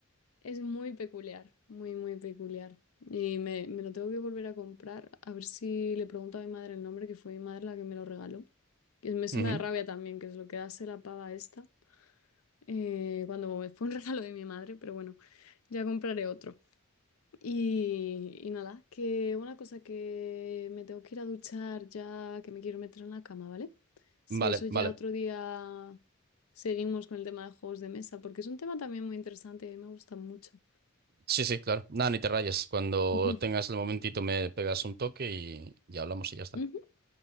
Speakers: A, on the left; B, on the right.
A: es muy peculiar, muy, muy peculiar. Y me, me lo tengo que volver a comprar. A ver si le pregunto a mi madre el nombre, que fue mi madre la que me lo regaló. Que me- eso
B: Ujú.
A: me da rabia también, que es lo que hace la pava esta. eh, cuando fue un <laughs> regalo de mi madre, pero bueno, ya compraré otro. Y, y nada, que una cosa que me tengo que ir a duchar ya, que me quiero meter en la cama, ¿vale? Sí,
B: Vale,
A: eso ya
B: vale.
A: otro día seguimos con el tema de juegos de mesa, porque es un tema también muy interesante y a mí me gusta mucho.
B: Sí, sí, claro. Nada, ni te rayes. Cuando
A: <laughs>
B: tengas el momentito me pegas un toque y, y hablamos y ya está.
A: Ujú.